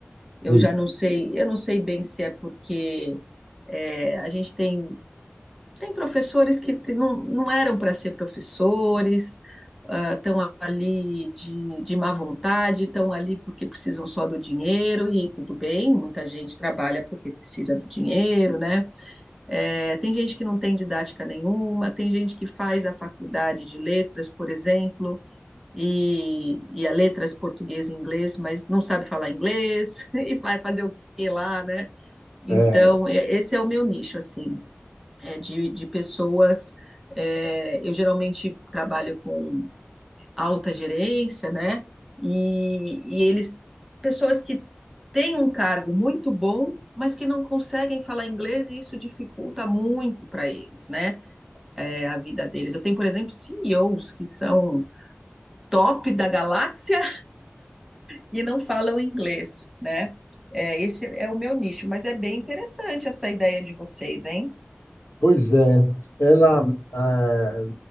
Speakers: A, in the centre; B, on the left.
A: Eu
B: Pois
A: já não sei, eu não sei bem se é porque é, a gente tem, tem professores que não, não eram para ser professores, estão ali de, de má vontade, estão ali porque precisam só do dinheiro, e tudo bem, muita gente trabalha porque precisa do dinheiro, né? É, tem gente que não tem didática nenhuma, tem gente que faz a faculdade de letras, por exemplo, e, e a letras português e inglês, mas não sabe falar inglês <laughs> e vai fazer o que lá, né? Então,
B: é,
A: é- esse é o meu nicho, assim, é de, de pessoas. é, eu geralmente trabalho com alta gerência, né? E, e eles, pessoas que têm um cargo muito bom, mas que não conseguem falar inglês e isso dificulta muito para eles, né? É a vida deles. Eu tenho, por exemplo, CEOs que são top da galáxia e não falam inglês, né? É, esse é o meu nicho, mas é bem interessante essa ideia de vocês, hein?
B: pois é. ela, eh,